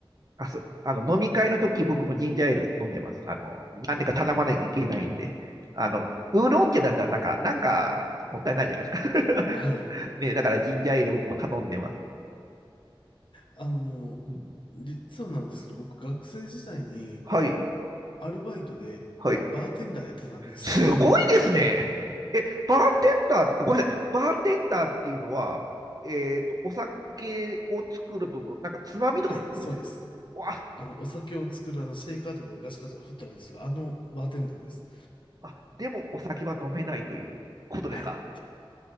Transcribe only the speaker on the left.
はい。
あの実はなんですけど、
僕学生時代に、
アルバイトで、
バーテンダーやってたんですよ。
<laughs>
はい、そうです。あの、お酒を作る、あの、シェイカーとかをガチャガチャ振ったりする、あの、バーテンダーです。
はい。